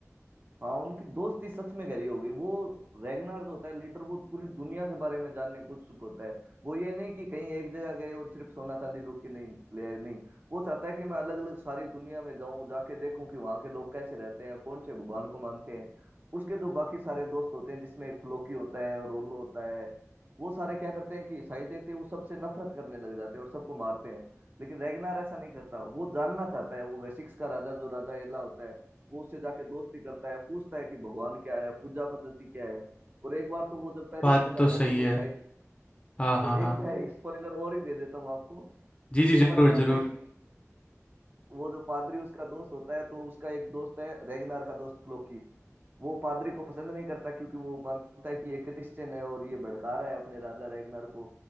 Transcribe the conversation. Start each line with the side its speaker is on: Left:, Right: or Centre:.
Right: हाँ उनकी दोस्ती सच में गहरी हो गई वो रैगनार्ड होता है लीडर वो पूरी दुनिया के बारे में जानने को उत्सुक होता है वो ये नहीं कि कहीं एक जगह गए और सिर्फ सोना चांदी लूट के नहीं ले आए नहीं वो चाहता है कि मैं अलग अलग सारी दुनिया में जाऊं जाके देखूं कि वहां के लोग कैसे रहते हैं कौन से भगवान को मानते हैं उसके जो बाकी सारे दोस्त होते हैं जिसमें एक फ्लोकी होता है रोलो होता है वो सारे क्या करते हैं कि ईसाई देखते ही वो सबसे नफरत करने लग जाते हैं और सबको मारते हैं लेकिन रैगनार ऐसा नहीं करता वो जानना चाहता है वो वेसिक्स का राजा जो राजा एला होता है वो उससे जाके दोस्ती करता है पूछता है कि भगवान क्या है पूजा पद्धति क्या है और एक बार तो वो जब पेरिस
Left: बात
Right: में जाता
Left: तो सही
Right: है तो वो
Left: है
Right: ईसाई
Left: हाँ हाँ
Right: और
Left: हाँ
Right: एक <laughs> मैं एक स्पॉइलर और ही दे देता हूँ आपको
Left: जी जी ज़रूर
Right: एक बार क्या होता
Left: ज़रूर
Right: है कि वो जो पादरी उसका दोस्त होता है तो उसका एक दोस्त है रेगनार का दोस्त क्लोकी वो पादरी को पसंद नहीं करता क्योंकि वो मानता है कि ये क्रिश्चियन है और ये भड़का रहा है अपने राजा रेगनार को